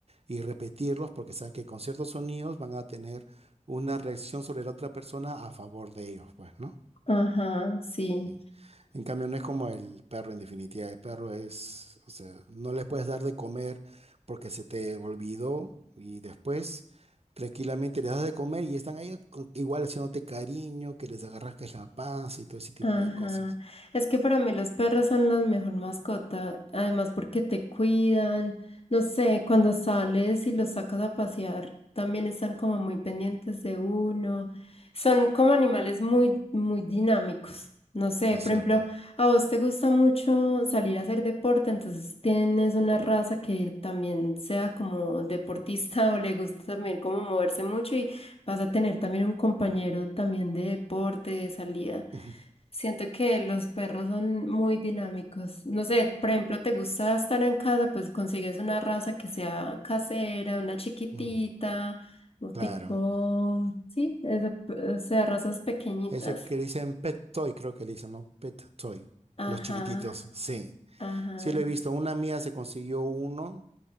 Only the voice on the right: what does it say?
y repetirlos porque saben que con ciertos sonidos van a tener una reacción sobre la otra persona a favor de ellos, pues, ¿no?
Sí. En cambio, no es como el perro en definitiva. El perro es, o sea, no le puedes dar de comer porque se te olvidó y después tranquilamente les das de comer y están ahí con- igual haciéndote cariño, que les agarras que es la panza y todo ese tipo
de cosas.
Es
cierto.
<laughs>
Ujú.
Claro.
Ese que le dicen Pet Toy, creo que le dicen, ¿no? Pet Toy.
Los chiquititos, sí.
Sí lo he visto. Una mía se consiguió uno.